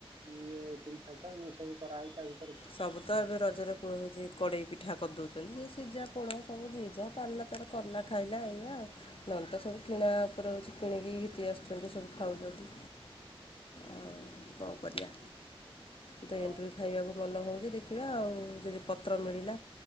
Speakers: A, on the right; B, on the left.
A: ଇଏ ଟୁଲ ଚାଚ ଏମ ସବୁ କରାହେଉ ତାକୁ
B: ସବୁ ତ ଏବେ ରଜରେ କ ହେଉଛି କଡ଼େଇ ପିଠା କରିଦେଉଛନ୍ତି ଯେ ସିଝା ପୋଡ଼ ସବୁ ସିଝା ପାରିଲା ତାର କରଲା ଖାଇଲା ଏଇ୍ା ଆଉ ନ ତ ସବୁ କିଣା ଉପରେ ହେଉଛି କିଣିକି ଘିତି ଆସୁଛନ୍ତି ସବୁ ଖାଉଛନ୍ତି ଆଉ କଣ କରିବା ତ
A: ହଁ
B: ଏଣ୍ଟ୍ରଭି ଖାଇବାକୁ ମନ ହେଉଛି ଦେଖିବା ଆଉ ଯଦି ପତ୍ର ମିଳିଲା